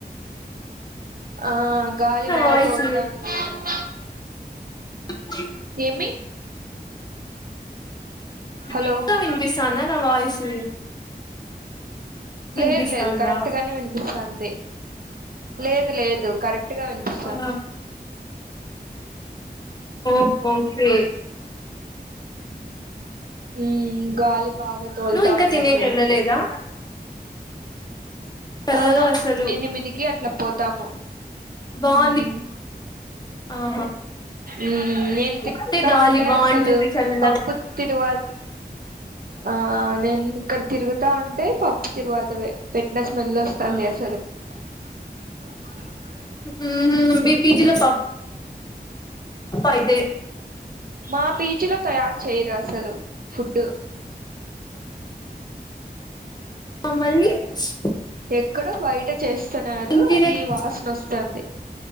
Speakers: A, on the right (about 60°); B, on the left (about 25°).
A: ఆ గాలి బాగా
B: వాయిస్
A: తోలుతాంది ఇక్కడ
B: అచ్
A: ఏమి హలో
B: ఇంత విన్పిస్తాందా నా వాయిసు వినిపిస్తాందా
A: లేదు లేదు కరెక్ట్ గానే వినిపిస్తంది లేదు లేదు కరెక్ట్ గా వినిపిస్తంది
B: ఆ ఓ ఓకే
A: ఉ గాలి బాగా తొలతాది
B: నువ్వు ఇంకా తినేకి
A: అస్సలు
B: వెళ్ళలేదా చల్లగా
A: ఆహా
B: అసలు
A: ఎనిమిదికి అట్ల పోతాము
B: బాగుంది
A: ఉహ్
B: ఆహా
A: ఉ నేను తిరుగుతా
B: అంటే గాలి
A: ఉంటే
B: బాగుంటుంది
A: అసలు
B: చల్లగా
A: పప్పు తిరువాత్ ఆ నేన్ను అక్కడ తిరుగుతా ఉంటే పప్పు తిరువాత పె పెట్టిన స్మెల్ వస్తంది అసలు <unintelligible>
B: ఉహు మీ బిజిలో పాప్ కయితే
A: మా పీచ్ లో తయారు చేయరు అసలు ఫుడ్డు
B: మమ్మల్ని స్
A: ఎక్కడో బయట చేస్తన్నారు
B: ఇంటి
A: అది
B: దగ్గర
A: వాసన వస్తంది